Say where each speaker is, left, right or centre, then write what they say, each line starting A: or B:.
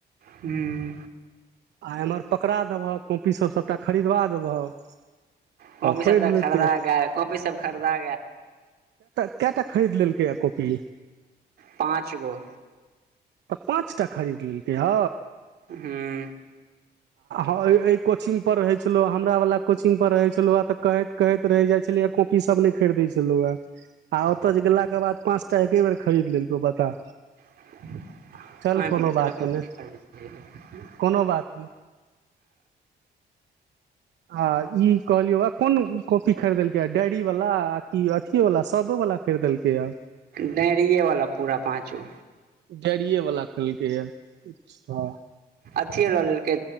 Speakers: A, on the right (about 60°); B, on the right (about 85°).
A: ह्म
B: आ एम्हर पकड़ा देबहक कॉपीसभ सभटा खरीदवा देबहक
A: कॉपी
B: पढ़ि
A: सब तऽ
B: लेतै
A: खरीदा कॉपी सब खरीदा
B: कए टा खरीद लेलकैए कॉपी
A: पाँच गो
B: तऽ पाँच टा खरीद लेलकै हँ
A: हूँ
B: आ एहि कोचिंग पर रहै छलो हमरा वला कोचिंग पर रहे छलो आ तऽ कहैत कहैत रहि जाइत छल कॉपी सब नहि खरीदै छलैया हे आ ओतय जे गेलाके बाद पाँच टा एके बेर खरीद लेलको बता
A: <unintelligible>
B: चल कोनो बात नहि कोनो <inaudible> आ ई कहलियौ वा कोन कॉपी खरीदलकै डायरी बला आ कि अथियो सदो बला खरिदलकैया
A: डांरिए वाला पूरा पाँचो
B: डैरिये बला ख लेलकैया अच्छा
A: अथिे लऽ लेलकै